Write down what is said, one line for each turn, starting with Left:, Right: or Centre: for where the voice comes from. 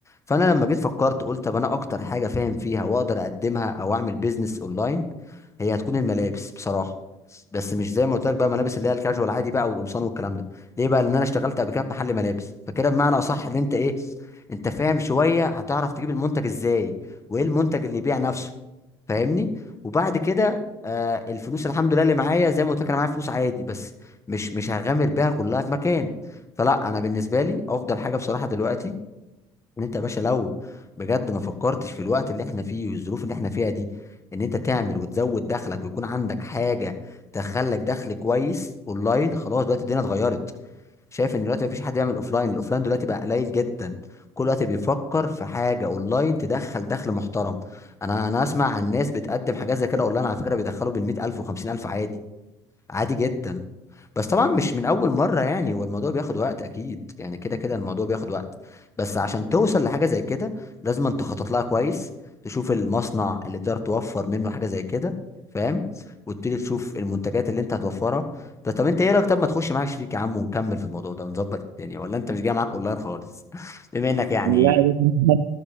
Left: فانا لما جيت فكرت قلت طب انا اكتر حاجة فاهم فيها واقدر اقدمها او اعمل بيزنس اونلاين هي هتكون الملابس بصراحة بس مش زي ما قلت لك بقى ملابس اللي هي الكاجوال عادي بقى والقمصان والكلام ده ليه بقى لان انا اشتغلت قبل كده في محل ملابس فكده بمعنى اصح ان انت ايه انت فاهم شويه هتعرف تجيب المنتج ازاي وايه المنتج اللي يبيع نفسه فاهمني وبعد كده آه الفلوس الحمد لله اللي معايا زي ما قلت لك انا معايا فلوس عادي بس مش مش هغامر بيها كلها في مكان فلا انا بالنسبه لي افضل حاجه بصراحه دلوقتي ان انت يا باشا لو بجد ما فكرتش في الوقت اللي احنا فيه والظروف اللي احنا فيها دي ان انت تعمل وتزود دخلك ويكون عندك حاجه تخلك دخل كويس اونلاين خلاص دلوقتي الدنيا اتغيرت شايف ان دلوقتي مفيش حد يعمل اوفلاين الاوفلاين دلوقتي بقى قليل جدا كل وقت بيفكر في حاجه اونلاين تدخل دخل محترم انا انا اسمع عن ناس بتقدم حاجات زي كده اونلاين على فكره بيدخلوا بال 100000 و 50000 عادي عادي جدا بس طبعا مش من اول مره يعني هو الموضوع بياخد وقت اكيد يعني كده كده الموضوع بياخد وقت بس عشان توصل لحاجه زي كده لازم انت تخطط لها كويس تشوف المصنع اللي تقدر توفر منه حاجه زي كده فاهم وتبتدي تشوف المنتجات اللي انت هتوفرها طب طب انت ايه رايك طب ما تخش معايا شريك يا عم ونكمل في الموضوع ده ونظبط الدنيا ولا انت مش جاي معاك اونلاين خالص <laughs> بما انك يعني
Right: لا يا باشا،